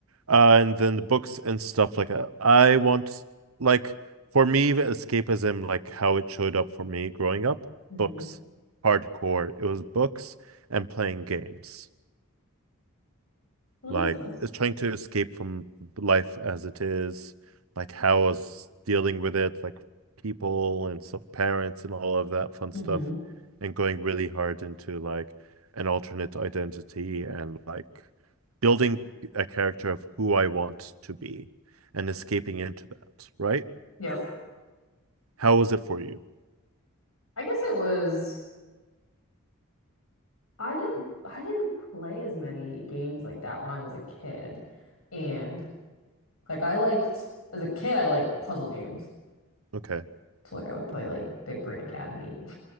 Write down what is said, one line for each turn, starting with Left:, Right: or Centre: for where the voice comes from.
Right: Uh, and then the books and stuff like that. I want, like, for me, escapism, like how it showed up for me growing up,
Left: Mm-hmm.
Right: books, hardcore. It was books and playing games
Left: That
Right: like
Left: makes sense.
Right: is trying to escape from life as it is, like how I was dealing with it, like people and some parents and all of that fun
Left: Mm-hmm.
Right: stuff, and going really hard into like an alternate identity and like building a character of who I want to be and escaping into that, right?
Left: Yep.
Right: How was it for you?
Left: I guess it was. I didn't I didn't play as many games like that when I was a kid. And like I liked as a kid I liked puzzle games.
Right: Okay,
Left: So like I would play like Big Brain Academy. <laughs>